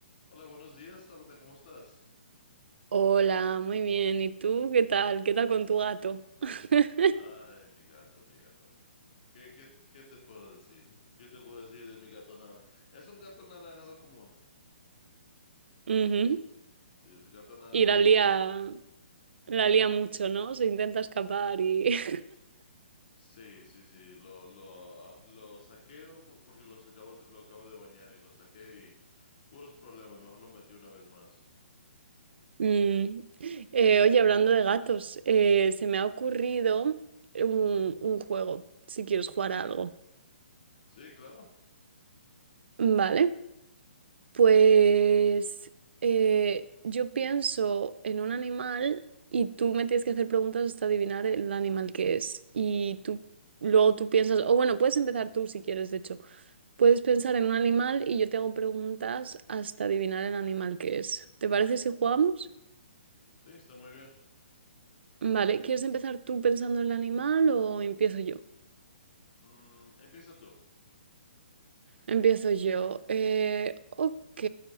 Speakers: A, on the left (about 45°); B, on the right (about 65°).
A: Hola, buenos días, Tabata, ¿cómo estás?
B: Hola, muy bien. ¿Y tú qué tal? ¿Qué tal con tu gato? <laughs>
A: Ay, mi gato, mi gato, mi gato. ¿Qué, qué, qué te puedo decir? ¿Qué te puedo decir de mi gato naranja? Es un gato naranjado común.
B: Ujú.
A: Sí, es un gato naranjado
B: Y la lía,
A: promedio.
B: la lía mucho, ¿no? Se intenta escapar y... <laughs>
A: Sí, sí, sí, lo, lo, ah, lo saqué un po- porque los acabo de- lo acabo de bañar y lo saqué y puros problemas, mejor lo metí una vez más.
B: Mm. Eh, oye, hablando de gatos, eh, se me ha ocurrido un, un juego, si quieres jugar a algo.
A: Sí, claro,
B: Vale, pues eh, yo pienso en un animal y tú me tienes que hacer preguntas hasta adivinar el animal que es. Y tú luego tú piensas, o bueno, puedes empezar tú si quieres, de hecho. Puedes pensar en un animal y yo te hago preguntas hasta adivinar el animal que es. ¿Te parece si jugamos?
A: sí, está muy bien.
B: Vale, ¿quieres empezar tú pensando en el animal o empiezo yo?
A: Mm, empieza tú.
B: Empiezo yo. Eh, ok,